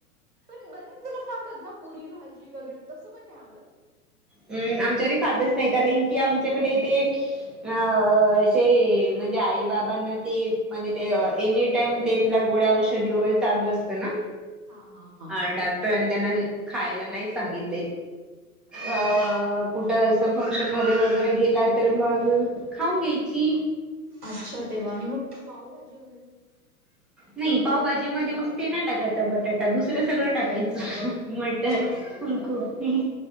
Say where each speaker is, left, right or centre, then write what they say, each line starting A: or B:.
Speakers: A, on the right; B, in the centre.
A: पण बरेच जणं खातात ना पुरी भाजी वगैरे, तसं पण नाही आवडत.
B: अं मग आमच्या घरी खातच नाही कारन कि आमच्याकडे ते अ असे म्हणजे आई बाबांना ती म्हणजे ते एनि टाईम त्यांनला गोळ्या औषध वगैरे चालू असतं ना.
A: हा हा.
B: हा डॉक्टरांनी त्यांना खायला नाही सांगितलय,
A: आ हा.
B: अ कुठं असं फंक्शन मध्ये वगैरे गेला, तर मग खाऊन घ्यायची.
A: अच्छा तेव्हा, आणि मग पावभाजी वगैरे.
B: नाही, पावभाजी मध्ये मग ते नाही टाकायचा बटाटा, दुसरं सगळं टाकायचं. मटर
A: अच्छा असं.
B: फुलकोबी